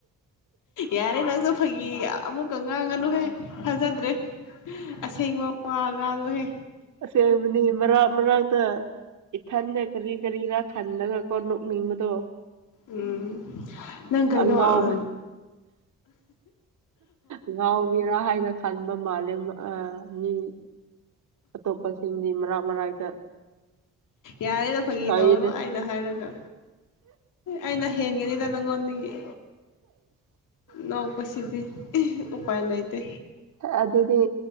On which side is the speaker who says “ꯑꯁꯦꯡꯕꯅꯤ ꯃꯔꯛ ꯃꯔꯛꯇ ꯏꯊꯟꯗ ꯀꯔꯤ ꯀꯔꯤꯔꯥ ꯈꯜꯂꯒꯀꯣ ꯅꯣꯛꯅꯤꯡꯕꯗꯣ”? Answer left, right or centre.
Right